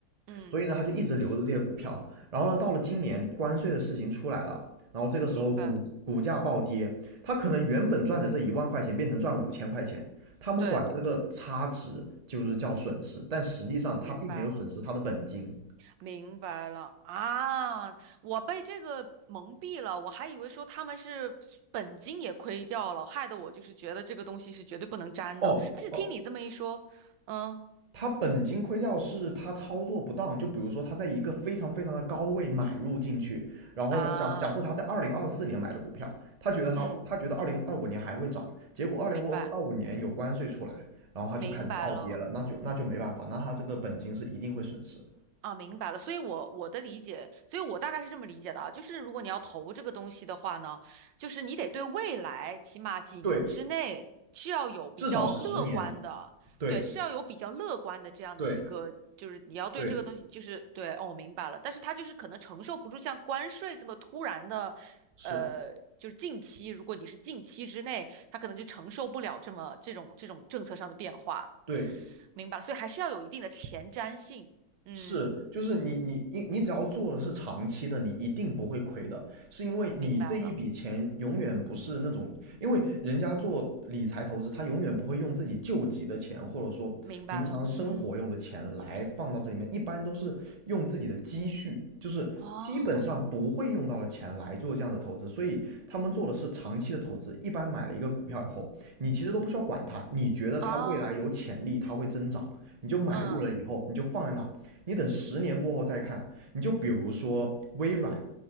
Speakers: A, on the right; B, on the right.
A: 嗯，
B: 所以呢，
A: 嗯
B: 他就一直留着这些股票。然后呢，到了今年关税的事情出来了，然后这个时候股股价暴跌，
A: 明白，
B: 他可能原本赚的这一万块钱变成赚五千块钱，他们管这个差值就是叫损失，
A: 对对，
B: 但实际上他并没有损失他的本金。
A: 明白了。明白了啊，我被这个蒙蔽了，我还以为说他们是本金也亏掉了，害得我就是觉得这个东西是绝对不能沾的。
B: 哦哦，
A: 但是听你这么一说，嗯
B: 他本金亏掉是他操作不当，就比如说他在一个非常非常的高位买入进去，然后呢，
A: 啊，
B: 假假设他在二零二四年买的股票，他觉得他他觉得二零二五年还会涨，
A: 嗯，
B: 结果二零二五年有关税出来，
A: 明白
B: 然后他就开始暴跌了，
A: 明白了。
B: 那就那就没办法，那他这个本金是一定会损失。
A: 啊，明白了，所以我我的理解，所以我大概是这么理解的啊，就是如果你要投这个东西的话呢，就是你得对未来起码几年之内是要有比较乐观的，
B: 对，至少十年。对
A: 对，是要有比较乐观的这样的一个，
B: 对
A: 就是你要对这个东西就是对，
B: 对，
A: 哦，我明白了，但是它就是可能承受不住像关税这么突然的，
B: 是，
A: 呃，就是近期，如果你是近期之内，它可能就承受不了这么这种这种政策上的变化，
B: 对
A: 明白了，所以还是要有一定的前瞻性，嗯。
B: 是，就是你你你你只要做的是长期的，你一定不会亏的，是因为你这一笔钱永远不是那种，
A: 明白了，
B: 因为人家做理财投资，他永远不会用自己救急的钱，或者说平常生活用的钱来放到这里面，
A: 明白了，嗯，
B: 一般都是用自己的积蓄，就是基本上不会用到的钱来做这样的投资，
A: 哦，
B: 所以他们做的是长期的投资。一般买了一个股票以后，你其实都不需要管它，你觉得它未来有潜力，
A: 哦，
B: 它会增长，你就买入了以后，
A: 嗯
B: 你就放在那，你等十年过后再看，你就比如说微软，